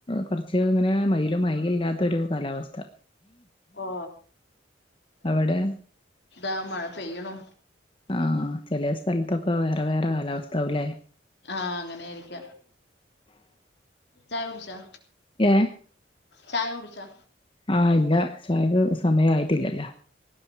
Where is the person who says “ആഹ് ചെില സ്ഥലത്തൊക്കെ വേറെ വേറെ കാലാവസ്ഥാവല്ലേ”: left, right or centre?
Left